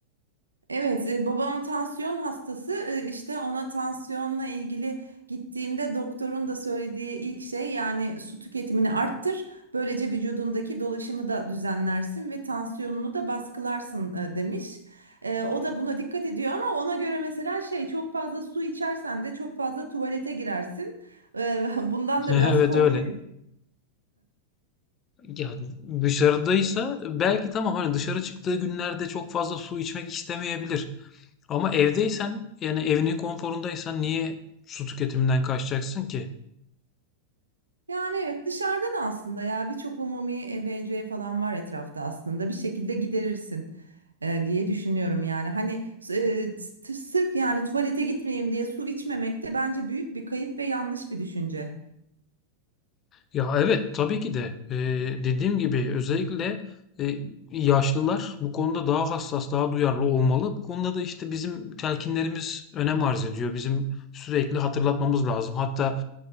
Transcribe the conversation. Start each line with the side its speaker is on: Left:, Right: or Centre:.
Right: Evet, e, babam tansiyon hastası. E, işte ona tansiyonla ilgili gittiğinde doktorun da söylediği ilk şey yani su tüketimini arttır. Böylece vücudundaki dolaşımı da düzenlersin ve tansiyonunu da baskılarsın e, demiş. E, o da buna dikkat ediyor ama ona göre mesela şey çok fazla su içersen de çok fazla tuvalete girersin. E, <laughs> bundan
Left: <laughs>
Right: da biraz
Left: Evet
Right: korkuyor.
Left: öyle. Ya dışarıdaysa belki tamam hani dışarı çıktığı günlerde çok fazla su içmek istemeyebilir. Ama evdeysen yani evinin konforundaysan niye su tüketiminden kaçacaksın ki?
Right: Yani evet dışarıda da aslında ya birçok umumi EVC falan var etrafta aslında bir şekilde giderirsin e, diye düşünüyorum yani hani e, s- sırf yani tuvalete gitmeyeyim diye su içmemek de bence büyük bir kayıp ve yanlış bir düşünce.
Left: Ya evet tabii ki de Ee, dediğim gibi özellikle e, yaşlılar bu konuda daha hassas, daha duyarlı olmalı. Bu konuda da işte bizim telkinlerimiz önem arz ediyor. Bizim sürekli hatırlatmamız lazım. Hatta